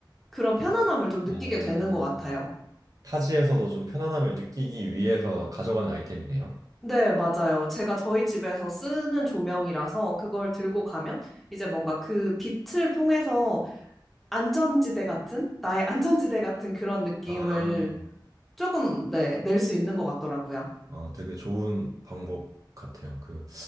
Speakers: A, in the centre; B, on the right (about 45°).
A: 그런 편안함을 좀 느끼게
B: 아,
A: 되는 것 같아요.
B: 타지에서도 좀 편안함을 느끼기 위해서 가져가는 아이템이네요.
A: 네, 맞아요. 제가 저희 집에서 쓰는 조명이라서 그걸 들고 가면 이제 뭔가 그 빛을 통해서 안전지대 같은, 나의 안전지대 같은 그런 느낌을
B: 아,
A: 조금, 네, 낼 수 있는 것 같더라고요.
B: 아, 되게 좋은 방법 같아요. 그